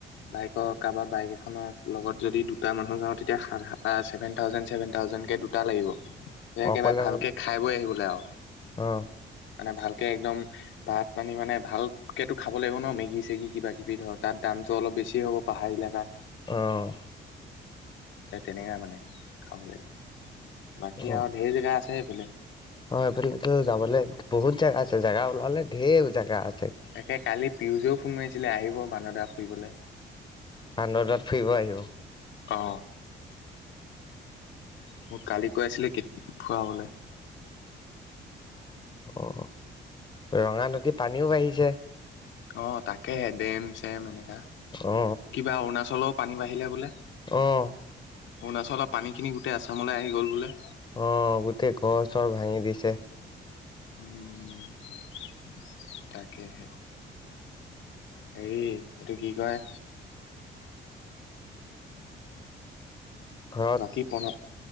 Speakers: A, on the left (about 80°); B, on the left (about 20°).
A: কাৰোবা বাইক এখনৰ লগত যদি দুটা মানুহ যাওঁ তেতিয়া চেভেন থাউজেণ্ড ছেভেন থাউজেণ্ডকে, ধুনীয়াকে‌
B: অকলে
A: ভালকে
B: অকলে
A: খাই বৈ আহিবলৈ আৰু
B: অ
A: মানে ভালকৈ একদম ভাত পানী মানে ভালকৈ খাব লাগিব ন মেগি চেগী কিবাকিবি ধৰক তাত দাম কামটো অলপ বেছি হ'ব পাহাৰ এলেকাত
B: আহ
A: তেনেকা মানে খাব লাগিব বাকী
B: অ
A: আৰু ধেই জেগা আছে এইফালে
B: অ এইফালেটো যাবলে বহুত জেগা আছে জেগা ওলালে ধেৰ জেগা আছে।
A: তাকে কালি পিউজেও ফোন মাৰিছিলে আহিব বান্দদা ফুৰিবলৈ
B: বান্দদাত ফুৰিব আহিব।
A: অ মোক কালি কৈ আছিলে ফুৰাবলৈ
B: অ ৰঙা নদীত পানীও বাঢ়িছে
A: অঁ তাকেহে ডেম চেম এনেকুৱা
B: অ
A: কিবা অৰুণাচলৰো পানী বাঢ়িলে বোলে
B: আহ
A: অৰুণাচলৰ পানী খিনি গোটেই আছামলৈ আহি গ'ল বোলে
B: আহ গোটেই গৰ চৰ ভাঙি দিছে
A: উমম তাকে হে হেৰি এইটো কি কয়
B: ঘৰত
A: বাকী প্ৰণ